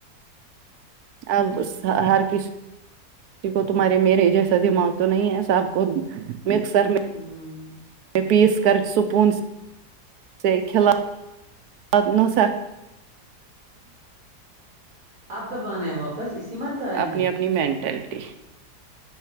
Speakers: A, on the right; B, on the right.
A: اب غصہ ہر کس کو تمہارے میرے جیسا دماغ تو نہیں ہے سب کو مکسر میں
B: ہمم
A: پیس کر سپون سے کھلا آپنا سر
B: اب کب آنا ہے واپس اسی منتھ آئیں
A: اپنی
B: گے
A: اپنی مینٹلٹی